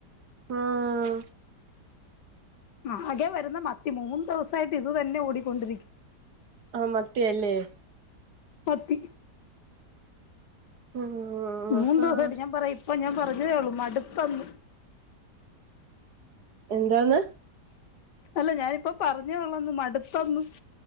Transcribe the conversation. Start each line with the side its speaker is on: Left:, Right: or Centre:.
Right: ആഹ്
Left: ആ ആകെ വരുന്ന മത്തി മൂന്ന് ദിവസായിട്ട് ഇത് തന്നെ ഓടിക്കൊണ്ടിരിക്കും
Right: ആഹ് മത്തി അല്ലേ
Left: മത്തി
Right: ആഹ്
Left: മൂന്ന് ദിവസായിട്ട്
Right: ആഹ്
Left: ഞാൻ പറയും അപ്പോ ഞാൻ പറഞ്ഞതേയുള്ളൂ മടുത്തെന്ന്
Right: എന്താന്ന്
Left: അല്ല ഞാനിപ്പൊ പറഞ്ഞേ ഒള്ളന്ന് മടുത്തെന്ന്